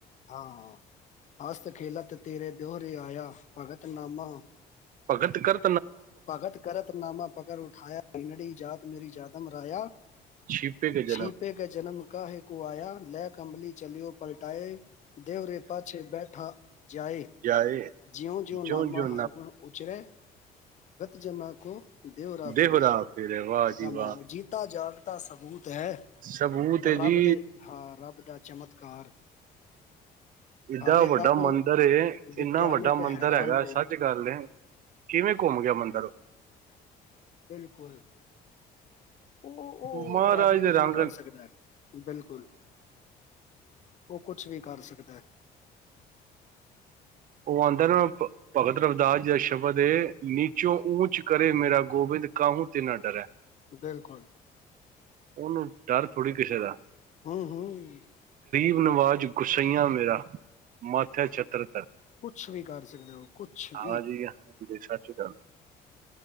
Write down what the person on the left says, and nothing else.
ਹਾਂ ਹਾਂ ਹਸਤ ਖੇਲਾ ਤੇ ਤੇਰੇ ਦਿਓਹਰੇ ਆਇਆ ਭਗਤਨਾਮਾ
ਭਗਤ ਕਰਤਨਾਮਾ ਪਕੜ ਉਠਾਇਆ ਨੜੀ ਜਾਤ ਮੇਰੀ ਜਾਦਮ ਰਾਆ
ਛੀਪੇ ਕ ਜਨਮ ਕਾਹੈ ਕੋ ਆਇਆ ਲੈ ਕੰਬਲੀ ਚਲਿਓ ਪਲਟਾਏ ਦੇਵਰੇ ਪਾਛੇ ਬੈਠਾ ਜਾਏ
ਜਿਉਂ ਜਿਉਂ
ਨਾਮਾ
ਹਰਗੁਣ ਉਚਰੇ ਜਮਾ ਕੋ ਦਿਓ ਰਾ
ਫਿਰੇ
ਮਨ ਜੀਤਾ ਜਾਵੇ ਤਾਂ ਸਬੂਤ ਹੈ
ਰੱਬ
ਦੇ ਹਾਂ ਰੱਬ ਦਾ ਚਮਤਕਾਰ
ਹਾਲੇ
ਤੱਕ
ਵਿਗਿਆਨਿਕ
ਹੈਰਾਨ
ਨੇ
ਬਿਲਕੁਲ ਉਹ ਉਹ
ਰੱਬ
ਕੁਝ
ਵੀ ਕਰ
ਸਕਦਾ ਹੈ। ਬਿਲਕੁਲ ਉਹ ਕੁਛ ਵੀ ਕਰ ਸਕਦਾ ਹੈ।
ਬਿਲਕੁਲ।
ਹੂੰ ਹੂੰ।
ਕੁਛ ਵੀ ਕਰ ਸਕਦੇ ਓ, ਕੁਛ
ਵੀ?